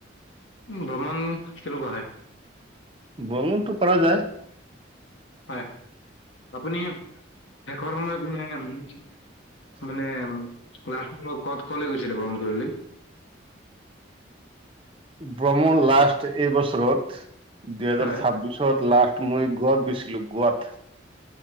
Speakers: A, on the left; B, on the right.
A: ভ্ৰমণ কেনেকুৱা হয়?
B: ভ্ৰমনটো পাৰা যায়।
A: হয় আপুনি শেষৰ সময়ত ম মানে লাষ্ট টাইমত ক'ত কলে গৈছিলে ভ্ৰমণ কৰি? <unintelligible>
B: ভ্ৰমণ লাষ্ট এইবছৰত দুইহাজাৰ
A: হয়
B: ছাব্বিছত লাষ্ট। মই গোৱাত গৈছিলোঁ গোৱাত।